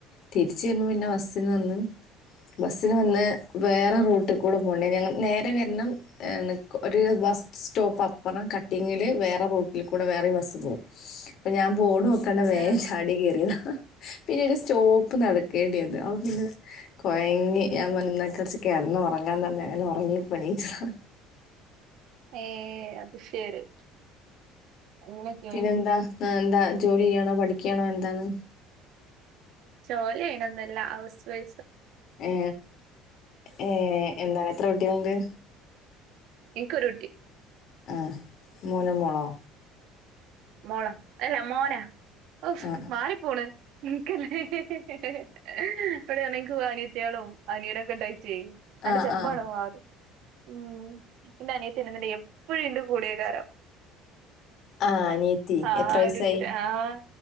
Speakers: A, on the left; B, on the right.
A: തിരിച്ചു വരുബൊ പിന്നെ ബസ്സിൽ വന്ന്. ബസ്സിന് വന്ന് വേറെ റൂട്ടുകൂടെ പോണ്ട്യ ഞങ്ങ നേരെ വരണം ന്ന് ഒരു വ ബസ് സ്റ്റോപ്പ് അപ്പുറം കട്ടിങ്ങില് വേറെ റൂട്ടിൽ കൂടെ വേറെം ബസ്സ് പോവും അപ്പൊ ഞാൻ ബോഡ്‌ നോ കണ്ടവേ
B: ആ.
A: ചാടികേറി. പിന്നെ ഒരു സ്റ്റോപ്പ് നടക്കേണ്ട്യന്ന് അപ്പ പിന്നെ കൊഴങ്ങി ഞാൻ പറഞ് ന്നാ കൊറച്ച് കെടന്ന് ഒറ ങ്ങ അങ്ങനെ ഒറങ്ങി പ്പം എണീച്ചതാ.
B: ഏ അത് ശരി അങ്ങനെയക്കെയെയാണ്.
A: പിന്നെന്താ ആ എന്താ ജോലി ചെയ്യണോ പഠിക്കയാണോ എന്താണ്.
B: ജോലിയണൊന്നല്ല ഔഹ്സ് വൈ.
A: ഏ ഏർ എന്താണ് എത്ര കുട്ട്യകളണ്ട്.
B: ഇക്ക് രുട്ടി.
A: ആഹ മോന മോളോ.
B: മോള അല്ല മോന. ഒഫ്
A: ആ
B: മാറി പോണ് ഇനിക്കനെ <unintelligible> കുട്ട്യേളും അനിയനൊക്കെ ഇണ്ടായിട്ടേ അന്റെ
A: ആ
B: ചിലപ്പങ്ങാട്ട്
A: ആ ആ
B: മാറും ഉം. ഇന്റെ അനിയത്തിണ്ടെന്നിണ്ടേൽ എപ്പഴും എന്റെ കൂടെകാരം.
A: ആഹ് അനിയത്തി
B: ആ
A: എത്ര വയസ്സായി?
B: ഒരുത്തി ആഹ